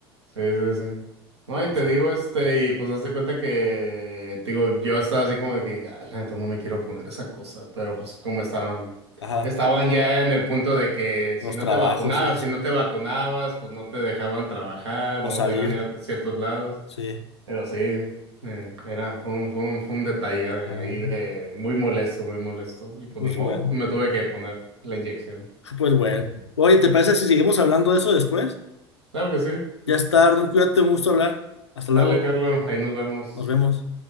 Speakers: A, on the right (about 80°); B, on the left (about 85°).
A: Sí, sí, sí. No, y
B: O
A: te
B: sea,
A: digo, este, y pues hazte cuenta que, te digo, yo estaba así como de que, dije, ay, la neta, no me quiero poner esa cosa, pero pues como estaban,
B: ajá,
A: estaban ya en el punto de que si
B: los
A: no
B: trabajos
A: te vacunabas,
B: y eso.
A: si no te vacunabas, pues no te dejaban trabajar,
B: O
A: no
B: salir,
A: te dejaban ir a ciertos lados,
B: sí.
A: pero sí, eh, era, fue un, fue un, fue un detalle de
B: Mm,
A: ahí de muy molesto, muy molesto, y pues
B: pues
A: ni modo,
B: bueno,
A: me tuve que poner la inyección.
B: pues bueno. Oye, ¿te parece si seguimos hablando de eso después?
A: Claro que sí,
B: Ya está, Arnold, cuídate, un gusto hablar. Hasta
A: dale,
B: luego,
A: Carlos, ahí nos vemos.
B: nos vemos.